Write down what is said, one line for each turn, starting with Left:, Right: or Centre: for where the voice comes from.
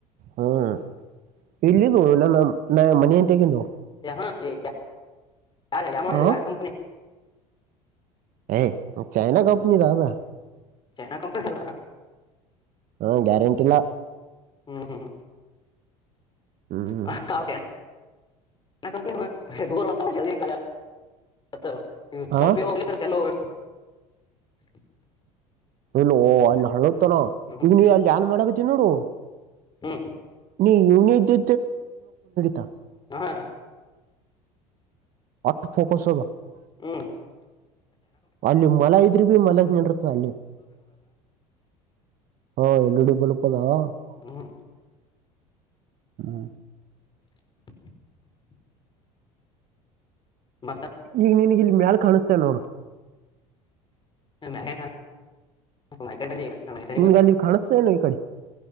Right: ಹ್ಮ್ ಇಲ್ಲಿದು ನನ್ನ ನಾ ಮನಿ ತಹತೇಕೀಂದು
Left: ಹ ಯಾರ ಯಾರ ಮಾಡ
Right: ಹ
Left: ಯಾರ ಕಂಪನಿ
Right: <unintelligible> ಚೈನಾ ಕಂಪನಿ ಆದಾ
Left: ಚೈನಾ ಕಂಪನಿದಾದ
Right: ಹಾ ಗ್ಯಾರಂಟಿ ಇಲ್ಲಾ
Left: ಹ್ಮ್ ಹ್ಮ್ ಹ್ಮ <unintelligible>
Right: ಹ್ಮ್
Left: <unintelligible> <unintelligible>
Right: ಹಾ ಲ್ಲೋ ಅಲ್ಲಿ ಹಳತನ
Left: ಹ್ಮ್
Right: ಈಗ ನೀ ಅಲ್ಲಿ ಯಾನ್ ಮಾಡಕತ್ತ ನೋಡು
Left: ಹ್ಮ್
Right: ನೀ ಇನ್ದ <unintelligible>
Left: ಹಾ
Right: <unintelligible>
Left: ಹ್ಮ್ <unintelligible>
Right: ಅಲ್ಲಿ ಮಲ ಇದ್ರಿ ಬಿ ಮಲ ನಿಂಡಿರ್ತದ ಅಲ್ಲಿ <unintelligible>
Left: ಹ್ಮ್ <inaudible> <inaudible> ಮತ್ತ
Right: ಈಗ ನಿನ್ಗ ಇಲ್ಲಿ ಮ್ಯಾಲ ಕಾಣಸ್ತೇವ ನೋಡ್
Left: <unintelligible>
Right: ನಿನ್ಗ
Left: ಬಂದೆ
Right: ಅಲ್ಲಿ ಕಾಣಿಸತನ ಈ ಕಡೆ